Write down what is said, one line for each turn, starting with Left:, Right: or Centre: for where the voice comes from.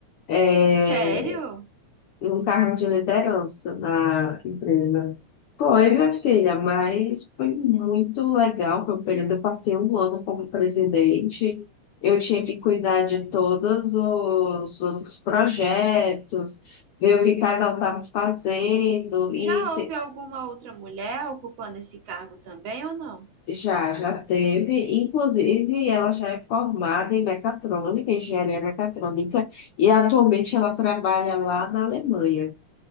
Left: é,
Right: Sério?
Left: e um cargo de liderança na empresa. Foi, minha filha, mas foi muito legal. Foi um período, eu passei um ano como presidente. Eu tinha que cuidar de todos os outros projetos, ver o que cada um estava fazendo. E
Right: Já
Left: se-
Right: houve alguma outra mulher ocupando esse cargo também ou não?
Left: já, já teve. Inclusive, ela já é formada em mecatrônica, engenharia mecatrônica, e atualmente ela trabalha lá na Alemanha.